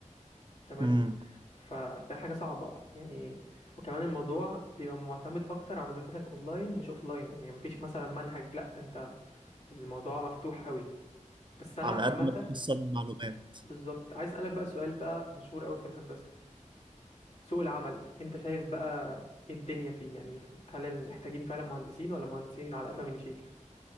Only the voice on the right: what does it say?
مم.
على
قد ما تحصل المعلومات